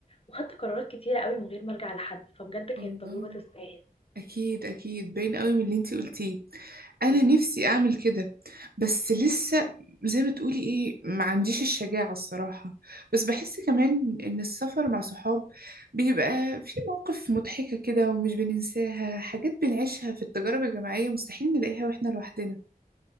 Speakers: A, on the left (about 40°); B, on the right (about 80°).
A: وخدت قرارات كتيرة قوي من غير ما ارجع لحد فبجد كانت
B: الله
A: تجربة تستاهل
B: اكيد اكيد باين قوي من اللي انتي قلتيه انا
A: ايوه
B: نفسي اعمل كده بس لسه زي ما تقولي ايه ما عنديش الشجاعة الصراحة بس بحس كمان ان السفر مع صحاب بيبقى في مواقف مضحكة كده ومش بننساها حاجات بنعيشها في التجارب الجماعية مستحيل نلاقيها واحنا لوحدنا